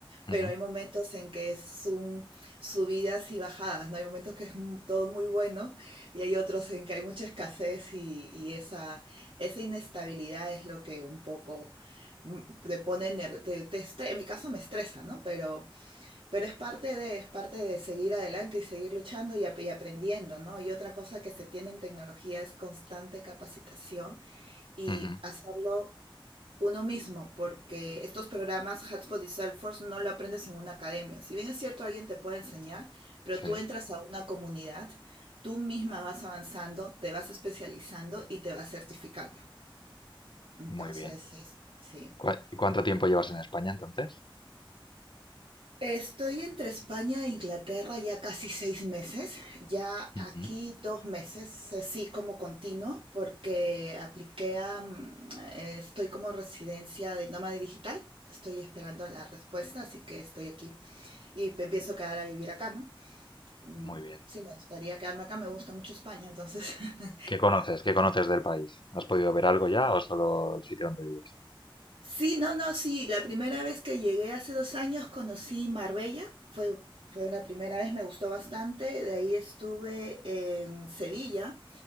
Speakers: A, on the left (about 60°); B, on the right (about 85°).
A: Ujú,
B: Pero hay momentos en que es un subidas y bajadas, ¿no? Hay momentos que es mu- todo muy bueno y hay otros en que hay mucha escasez y, y esa, esa inestabilidad es lo que un poco mm, te pone, ner- te, te estre- en mi caso me estresa, ¿no? Pero, pero es parte de, es parte de seguir adelante y seguir luchando y, ap- y aprendiendo, ¿no? Y otra cosa que se tiene en tecnología es constante capacitación y
A: ujú,
B: hacerlo uno mismo, porque estos programas Hotspot y Salesforce no lo aprendes en una academia. Si bien es cierto, alguien te puede enseñar, pero
A: Sí,
B: tú entras a una comunidad, tú misma vas avanzando, te vas especializando y te vas certificando. Entonces,
A: muy bien.
B: es- sí.
A: ¿Cua- ¿Y cuánto tiempo llevas en España entonces?
B: Estoy entre España e Inglaterra ya casi seis meses, ya
A: Ujú.
B: aquí dos meses, eh, sí como continuo, porque apliqué a, mm, eh, estoy como residencia de nómada digital, estoy esperando la respuesta, así que estoy aquí y pe- pienso quedar a vivir acá, ¿no? Mm,
A: Muy bien.
B: Sí, me gustaría quedarme acá, me gusta mucho España, entonces <laughs>
A: ¿Qué conoces? ¿Qué conoces del país? ¿Has podido ver algo ya o solo el sitio donde vives?
B: Sí, no, no, sí. La primera vez que llegué hace dos años conocí Marbella. Fue, fue la primera vez, me gustó bastante. De ahí estuve en Sevilla